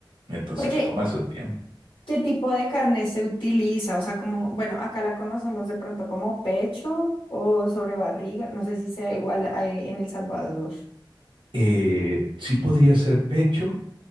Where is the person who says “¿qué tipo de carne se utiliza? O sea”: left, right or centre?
Left